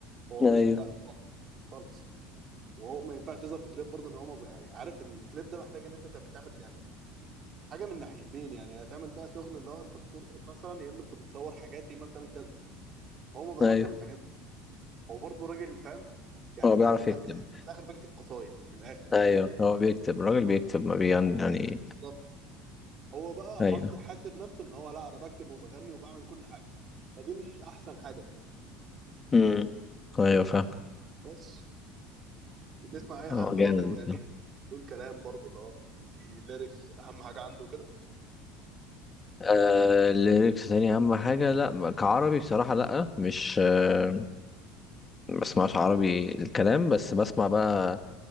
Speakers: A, on the right; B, on the left.
A: هو
B: ايوه
A: مش بتاع القاء خالص وهو ما ينفعش يظهر في كليب برضه ان هو ما ب- يعني عارف الكليب ده محتاج ان انت تبقى تعمل يعني حاجه من ناحيتين يعني هتعمل بقى شغل اللي هو انت بترقص مثلا يا اما انت بتصور حاجات يا اما بتعمل كذا هو ما بيعرفش
B: ايوه
A: يعمل الحاجات دي هو برضه راجل فاهم يعني
B: هو بيعرف
A: ده ده,
B: يكتب
A: بي... ده في الاخر بيكتب قصايد من الاخر يعني
B: ايوه هو بيكتب الراجل بيكتب ما بيغني يعني
A: بالظبط هو بقى
B: ايوه
A: حاش... حاشر نفسه ان هو لا انا بكتب وبغني وبعمل كل حاجه فدي مش احسن حاجه فيه
B: امم ايوه فاهم
A: بس تسمع اي
B: اه
A: حد برضه
B: جامد
A: يعني يقول كلام برضه اللي هو في ليركس اهم حاجه عنده كده
B: آه الليركس تاني اهم حاجه لا ما- كعربي بصراحه لا مش آه ما بسمعش عربي الكلام بس بسمع بقى